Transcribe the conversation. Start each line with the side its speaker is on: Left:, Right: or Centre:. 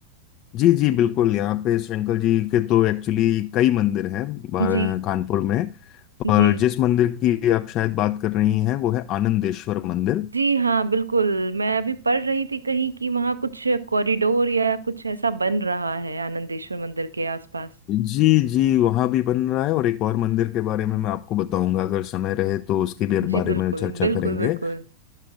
Left: जी जी बिल्कुल यहाँ पे शंकर जी के तो एक्चुअली कई मंदिर हैं बा-
Right: जी
Left: कानपुर में पर
Right: जी
Left: जिस मंदिर की आप शायद बात कर रही हैं वो है आनंदेश्वर मंदिर
Right: जी हाँ बिल्कुल मैं अभी पढ़ रही थी कहीं कि वहाँ कुछ कॉरिडोर या कुछ ऐसा बन रहा है आनंदेश्वर मंदिर के आसपास
Left: जी जी वहाँ भी बन रहा है और एक और मंदिर के बारे में मैं आपको बताऊंगा अगर समय रहे तो उसके भी
Right: जी
Left: बारे
Right: बिल्कुल
Left: में चर्चा
Right: बिल्कुल
Left: करेंगे
Right: बिल्कुल